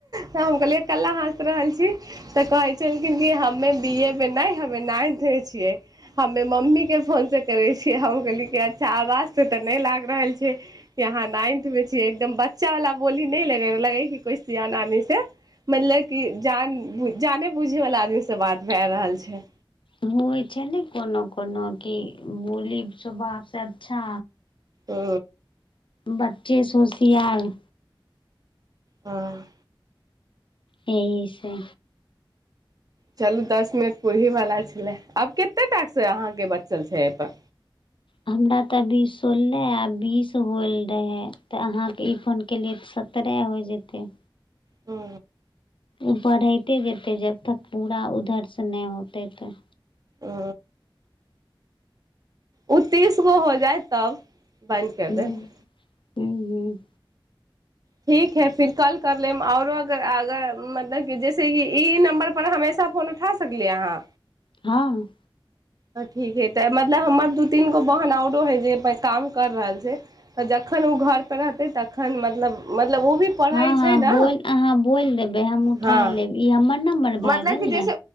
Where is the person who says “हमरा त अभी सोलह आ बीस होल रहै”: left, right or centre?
Left